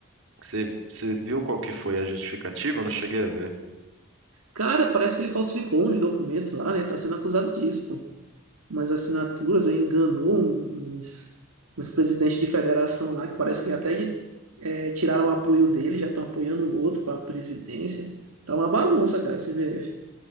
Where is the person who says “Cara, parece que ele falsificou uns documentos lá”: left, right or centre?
Right